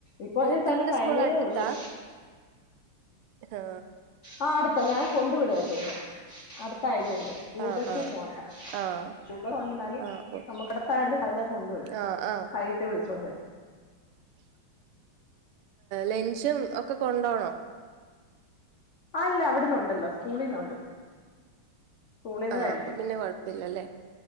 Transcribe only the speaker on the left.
ഇപ്പൊ
ഒരു പനി കഴിഞ്ഞതേ
ഒള്ളു.
ആഹ് അടുത്താ ഞാൻ കൊണ്ട് വിടാ ചെയണെ അടുത്തായത് കൊണ്ട്. സ്കൂൾ
ബസിൽ
പോണ്ട
ഊമ്പറുണ്ട്ന്നാലും
നമ്മുക്കിടത്തയണ്ട് രാവിലെ കൊണ്ടു വിടും.
വൈകീട്ട് വിളിച്ചോണ്ടു വരും.
അല്ല അവിടന്നുണ്ടല്ലോ സ്കൂളിന്നുണ്ട്. സ്കൂളിന്ന്
കഴിക്കും